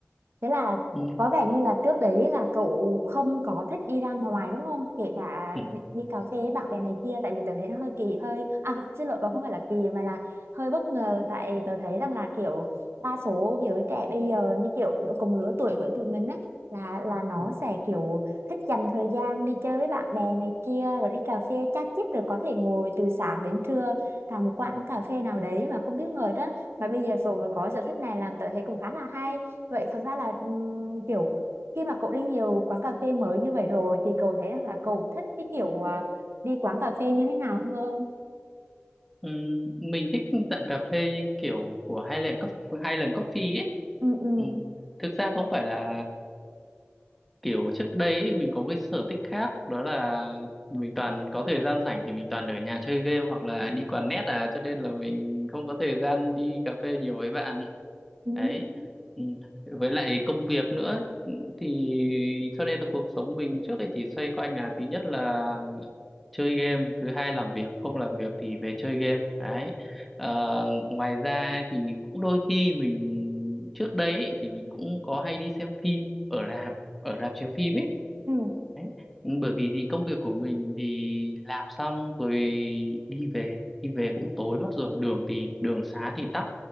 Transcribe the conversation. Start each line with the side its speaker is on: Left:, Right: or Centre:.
Right: Thế là
Centre: Ừ.
Right: có vẻ như là trước đấy là cậu không có thích đi ra ngoài đúng không? Kể cả
Centre: ừ,
Right: đi, đi cà phê với bạn bè này kia tại vì tớ thấy nó hơi kỳ hơi à xin lỗi cậu không phải là kỳ mà là hơi bất ngờ tại tớ thấy rằng là kiểu đa số giới trẻ bây giờ như kiểu cùng lứa tuổi với tụi mình á là là nó
Centre: ừ.
Right: sẽ kiểu thích dành thời gian đi chơi với bạn bè này kia rồi đi cà phê chat chít rồi có thể ngồi từ sáng đến trưa tại một quán cà phê nào đấy mà không biết mệt á và bây giờ Tùng mới có sở thích này làm tớ thấy cũng khá là hay. Vậy thật ra là ừm, kiểu khi mà cậu đi nhiều quán cà phê mới như vậy rồi thì cậu thấy rằng là cậu thích cái kiểu à, đi quán cà phê như thế nào hơn?
Centre: Ừm, mình thích dạng cà phê như kiểu của Highland Coffee, Highland Coffee ấy.
Right: ừ ừ
Centre: Ừm, thực ra không phải là kiểu trước đây ấy, mình có cái sở thích khác đó là mình toàn có thời gian rảnh thì mình toàn ở nhà chơi game hoặc là đi quán net à cho nên là mình không có thời gian đi cà phê nhiều với bạn
Right: ừ
Centre: đấy ừ. với lại công việc nữa ấy. Ừ, thì cho nên là cuộc sống mình trước đây chỉ xoay quanh là thứ nhất là chơi game thứ hai làm việc không làm việc thì về chơi game đấy Ờ, ngoài ra thì cũng đôi khi mình trước đấy ấy, thì mình cũng có hay đi xem phim ở rạp ở rạp chiếu phim ấy
Right: ừ
Centre: Đấy. Bởi vì thì công việc của mình thì làm xong rồi đi về đi về cũng tối mất rồi đường thì đường xá thì tắc